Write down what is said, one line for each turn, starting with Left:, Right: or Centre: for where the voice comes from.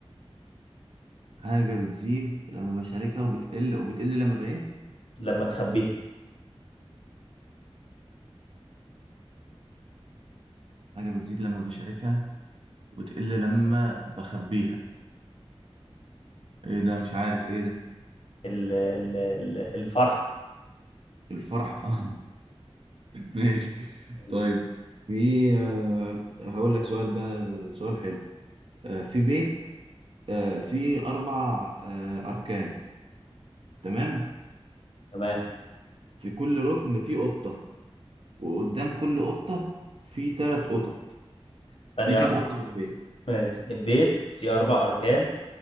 Right: حاجة بتزيد لما بشاركها وبتقل وبتقل لما بإيه؟
Left: لما تخبيها
Right: حاجة بتزيد لما بشاركها وتقل لما بخبيها ايه ده مش عارف ايه ده
Left: ال- ال- ال- الفرحه
Right: الفرح <laughs> اه ماشي
Left: ماشي.
Right: طيب في آه، هقول لك سؤال بقى ده سؤال حلو آه، في بيت آه، فيه أربع آه، أركان تمام
Left: تمام
Right: في كل ركن فيه قطة وقدام كل قطة فيه تلات قطط
Left: ثانيه
Right: في كام
Left: واحدة.
Right: قطة في البيت
Left: ماشي البيت فيه أربع أركان